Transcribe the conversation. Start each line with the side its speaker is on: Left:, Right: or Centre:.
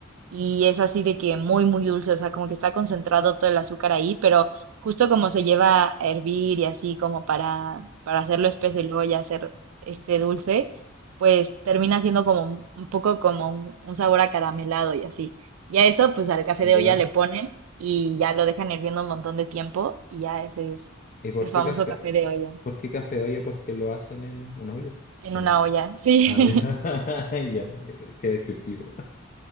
Right: y es así de que muy, muy dulce, o sea, como que está concentrado todo el azúcar ahí, pero justo como se lleva a hervir y así como para, para hacerlo espeso y luego ya hacer este dulce, pues termina siendo como un un poco como un, un sabor acaramelado y así. Y a eso, pues al café
Left: Ya.
Right: de olla le ponen y ya lo dejan hirviendo un montón de tiempo y ya ese es
Left: ¿Y por
Right: el famoso
Left: qué café?
Right: café de olla,
Left: ¿Por qué café de olla? ¿Porque lo hacen en una olla?
Right: en
Left: ¿O
Right: una
Left: no?
Right: olla, sí.
Left: Ah, ya. <laughs>
Right: <laughs>
Left: Ya, qué qué descriptivo.